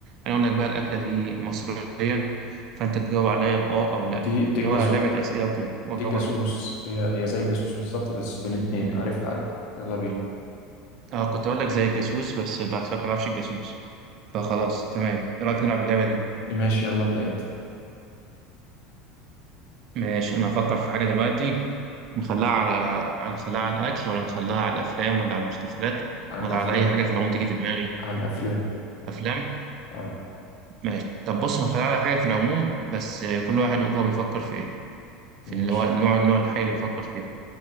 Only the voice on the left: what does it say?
دي دي
الجاسوس
دي الجاسوس
هي هي زي الجاسوس بالظبط بس بين اتنين عارفها عارف يلا بينا
ماشي يلا ابدأ أنت
عن
أفلام
عن أفلام
آه
ماشي